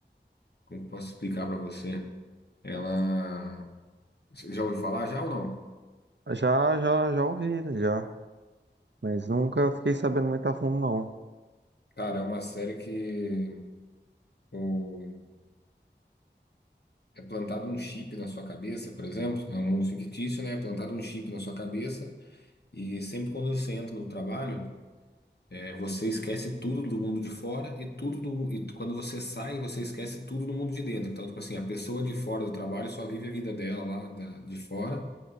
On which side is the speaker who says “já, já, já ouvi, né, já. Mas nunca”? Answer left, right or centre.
Right